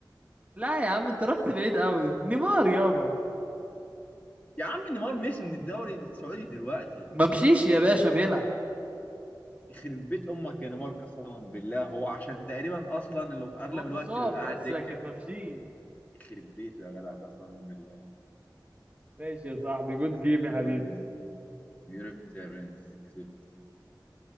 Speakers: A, on the right; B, on the left.
A: لا يا عم انت رحت بعيد قوي نيمار يابا
B: يا عم نيمار مشي من الدوري السعودي دلوقتي
A: ما مشيش يا باشا بيلعب
B: يخرب بيت امك يا نيمار قسما بالله هو عشان تقريبا اصلا اللي في اغلب
A: هو مصاب
B: الوقت بيبقى قاعد
A: بس
B: دكه
A: لكن ما مشيش
B: يخرب بيته يا جدع قسما بالله
A: ماشي يا صاحبي جود
B: كسبت
A: جيم يا
B: يا
A: حبيبي
B: برنس كسبت يا برنس كسبت